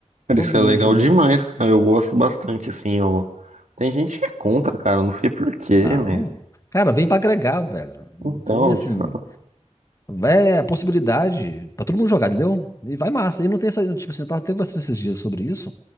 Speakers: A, on the right; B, on the left.
A: Cara,
B: Todo
A: isso é
B: mundo
A: legal
B: jogando.
A: demais,
B: é.
A: cara. Eu gosto bastante, assim, eu... Tem gente que é contra, cara, eu não sei porquê,
B: Não.
A: mas.
B: Cara, vem pra agregar, velho.
A: Então,
B: E assim,
A: tipo,
B: é a possibilidade pra todo mundo jogar, entendeu? E vai massa. E não tem essa, tipo assim, eu tava até conversando esses dias sobre isso.